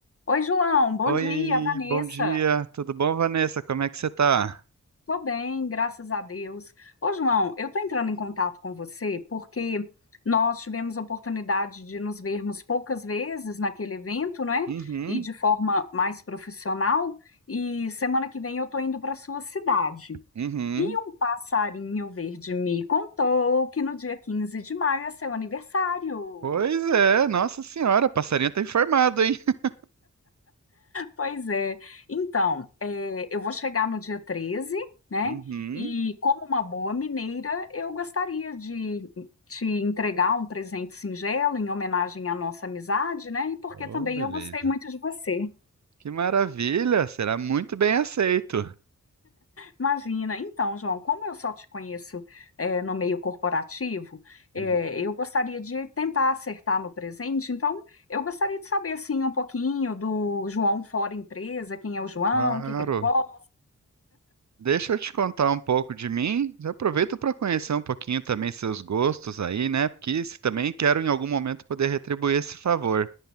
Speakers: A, on the left; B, on the right.
A: Oi, João, bom
B: Oi,
A: dia, Vanessa.
B: bom dia. Tudo bom, Vanessa? Como é que você tá?
A: Tô bem, graças a Deus. Ô, João, eu tô entrando em contato com você porque nós tivemos a oportunidade de nos vermos poucas vezes naquele evento, né?
B: Uhum,
A: E de forma mais profissional. E semana que vem eu tô indo para sua cidade.
B: uhum.
A: E um passarinho verde me contou que no dia 15 de maio é seu aniversário.
B: Pois é, nossa senhora, passarinho tá informado, hein? <laughs>
A: Pois é. Então, é, eu vou chegar no dia treze né?
B: Uhum.
A: E como uma boa mineira, eu gostaria de te entregar um presente singelo em homenagem à nossa amizade, né? E porque
B: Oh,
A: também
B: beleza.
A: eu gostei muito de você.
B: Que maravilha, será muito bem aceito.
A: Imagina. Então, João, como eu só te conheço é, no meio corporativo, é,
B: Uhum.
A: eu gostaria de tentar acertar no presente. Então, eu gostaria de saber, assim, um pouquinho do João fora empresa, quem é o João,
B: Claro.
A: o que que ele gosta.
B: Deixa eu te contar um pouco de mim. Aproveita para conhecer um pouquinho também seus gostos aí, né? Porque se também quero em algum momento poder retribuir esse favor.